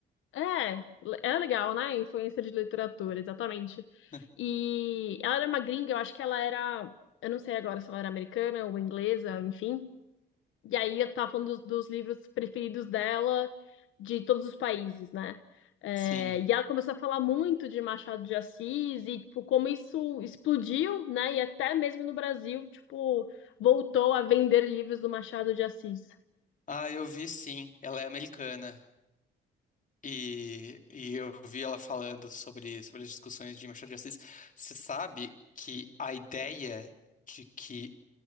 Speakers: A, on the left; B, on the left.
A: É, é legal, né? Influência de literatura, exatamente.
B: <laughs>
A: E ela era uma gringa, eu acho que ela era, eu não sei agora se ela era americana ou inglesa, enfim. E aí eu tava falando dos, dos livros preferidos dela de todos os países, né? É,
B: Sim.
A: e ela começou a falar muito de Machado de Assis e tipo, como isso explodiu, né? E até mesmo no Brasil, tipo, voltou a vender livros do Machado de Assis.
B: Ah, eu vi sim. Ela é americana. E, e eu vi ela falando sobre, sobre as discussões de Machado de Assis. Você sabe que a ideia de que